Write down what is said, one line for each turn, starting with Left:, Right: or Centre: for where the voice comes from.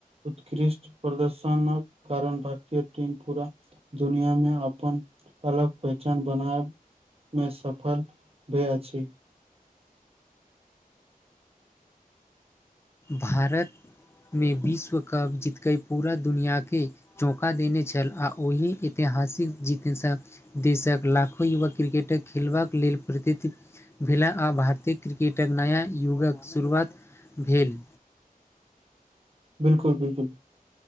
Right: उत्कृष्ट प्रदर्शनक कारण भारतीय टीम पूरा दुनिया में अपन अलग पहचान बनाब मे सफल भे अछि
Left: भारतमे विश्व कप जीतकेे पूरा दुनिआके चौका देने छल आ ओहि ऐतिहासिक जीतने सँ देशक लाखो युवा क्रिकेटक खेलबाक लेल प्रतिति भेलाह आ भारतीय क्रिकेटक नया युगक शुरुआत भेल
Right: बिलकुल बिलकुल